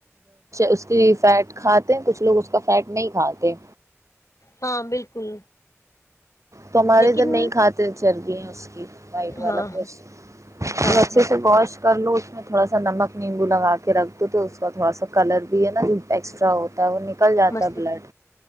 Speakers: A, on the right (about 85°); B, on the left (about 85°).
A: اس کی فیٹ کھاتے ہیں کچھ لوگ اس کا فیٹ کھاتاتے
B: ہاں بالکل
A: تو ہمارے
B: لیکن
A: ادھر نہیں کھاتے چل یہ اس کی وائٹ
B: ہاں
A: والا
B: ہاں
A: کوش اور
B: ہاں
A: اچھے
B: ہاں
A: سے پاش کر لو اس میں تھوڑا سا نمک نیبو لگا کے رکھ دو تو ا اس کا تھوڑا سا کلر بھی ہے نا جو ایکسٹرا ہوتا ہے وہ نکل جاتا
B: مست
A: بلڈ